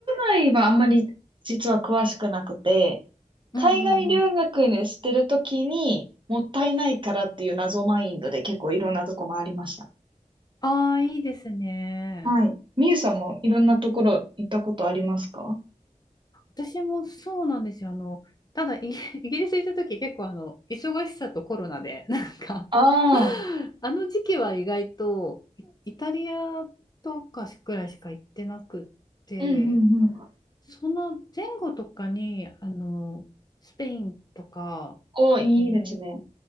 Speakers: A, on the right; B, on the left.
A: 内はあんまり実は詳しくなくて、
B: うんうんうん
A: 海外留学にしてるときにもったいないからっていう謎マインドで結構いろんなとこ回りました。
B: ああ、いいですね。
A: はい。みゆさんもいろんなところ行ったことありますか
B: 私もそうなんですよ。あの、ただイギ、<laughs> イギリス行った時結構あの、忙しさとコロナで、<laughs> なんか
A: ああ
B: <laughs> あの時期は意外とイ、イタリアとかくらいしか行ってなくって、
A: ー、うんうんうん。
B: その前後とかに、あの、スペインとか、
A: お、いいですね。
B: えー